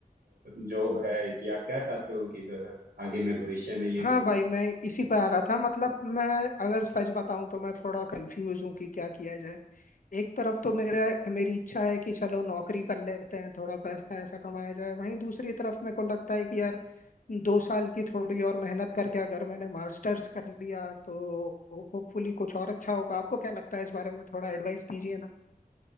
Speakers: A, on the right; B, on the left.
A: जॉब है कि आप क्या चाहते हो कि ब- आगे मैं भविष्य में ये
B: हाँ
A: करूं
B: भाई मैं इसी पे आ रहा था मतलब मैं अगर सच बताऊं तो मैं थोड़ा कंफ्यूज हूँ कि क्या किया जाए एक तरफ तो मेरा मेरी इच्छा है कि चलो नौकरी कर लेते हैं थोड़ा पैसा ऐसा कमाया जाए वहीं दूसरी तरफ मेरे को लगता है कि यार दो साल की थोड़ी और मेहनत करके अगर मैंने मास्टर्स कर लिया तो होपफुली कुछ और अच्छा होगा आपको क्या लगता है इस बारे में थोड़ा एडवाइस दीजिए ना